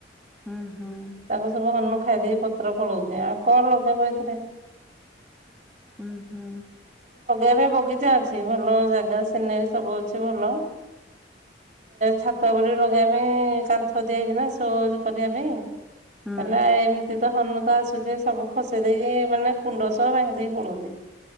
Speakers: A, in the centre; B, on the right.
A: ହୁଁ ହୁଁ।
B: ତାକୁ ସବୁ ହନୁ ଖାଇ ଦେଇେଇକି ପତ୍ର ପଳଉଛି ଆଉ କଣ ଲଗେଇବ ଏଥିରେ।
A: ହୁଁ ହୁଁ।
B: ଏବେ ବଗିଚା ଅଛି ଭଲ ଜାଗା ସିନୋରୀ ସବୁ ଅଛି ଭଲ। ଛାତ ବୋଲି ଲଗେଇବା ପାଇଁ କାନ୍ଥ ଦିଆ ହେଇଛି ନା ସୋ କରିବା ପାଇଁ।
A: ହୁଁ
B: ହେଲା ଏମିତି ତ ହନୁ ତ ଆସୁଛି ସବୁ ଖସେଇ ଦେଇେଇକି ମାନେ କୁଣ୍ଡ ଭାଙ୍ଗି ଦେଇ ପଳାଉଛି।